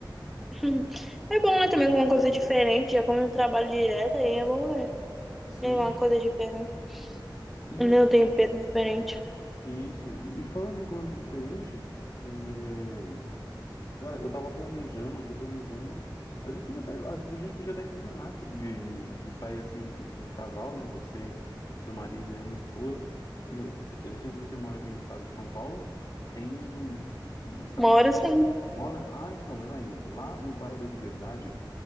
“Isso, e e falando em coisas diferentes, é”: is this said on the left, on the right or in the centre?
Left